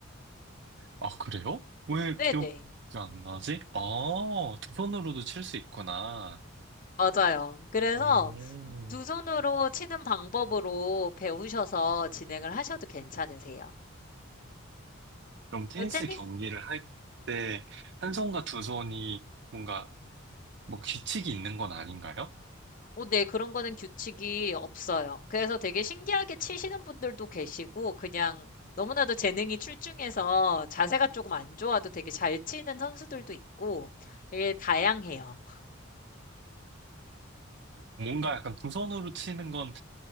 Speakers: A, on the right; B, on the left.
A: 아, 그래요? 왜
B: 네네.
A: 기억이 안 나지? 아, 두 손으로도 칠 수 있구나.
B: 맞아요. 그래서
A: 음.
B: 두 손으로 치는 방법으로 배우셔서 진행을 하셔도 괜찮으세요.
A: 그럼 테니스
B: 그 테니스
A: 경기를 할 때, 한 손과 두 손이 뭔가, 뭐 규칙이 있는 건 아닌가요?
B: 어, 네, 그런 거는 규칙이 없어요. 그래서 되게 신기하게 치시는 분들도 계시고, 그냥 너무나도 재능이 출중해서 자세가 조금 안 좋아도 되게 잘 치는 선수들도 있고, 되게 다양해요.
A: 뭔가 약간 두 손으로 치는 건